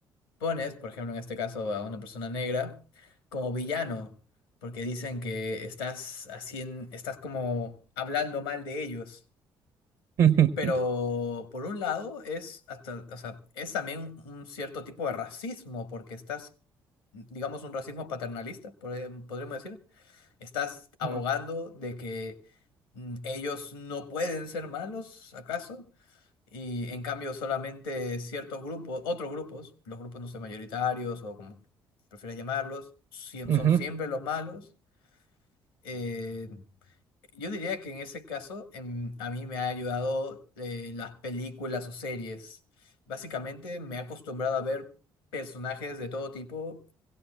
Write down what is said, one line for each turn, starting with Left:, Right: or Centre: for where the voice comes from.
Left: pones, por ejemplo, en este caso a una persona negra, como villano, porque dicen que estás haciendo, estás como hablando mal de ellos.
Right: <laughs>
Left: Pero por un lado es hasta, o sea, es también un cierto tipo de racismo, porque estás, digamos, un racismo paternalista, podríamos podríamos decir. Estás abogando
Right: Mm,
Left: de que mm, ellos no pueden ser malos, ¿acaso? Y en cambio solamente ciertos grupos, otros grupos, los grupos no sé, mayoritarios o como prefieras llamarlos, siem-
Right: ujú.
Left: son siempre los malos. Eh, yo diría que en ese caso em, a mí me ha ayudado eh, las películas o series. Básicamente me he acostumbrado a ver personajes de todo tipo